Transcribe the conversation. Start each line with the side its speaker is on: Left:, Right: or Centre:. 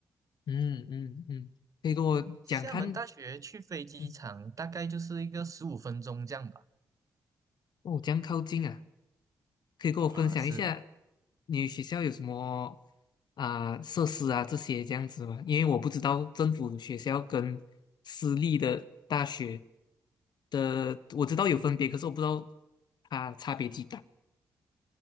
Left: 嗯嗯嗯，可以跟我讲看，
Right: 厦门大学去飞机场大概就是一个十五分钟这样吧。
Left: 嗯哦，这样靠近啊。可以跟我分享一下
Right: 啊、是。
Left: 你学校有什么啊、设施啊这些这样子吗？因为我不知道政府学校跟私立的大学的，我知道有分别，可是我不知道它差别几大。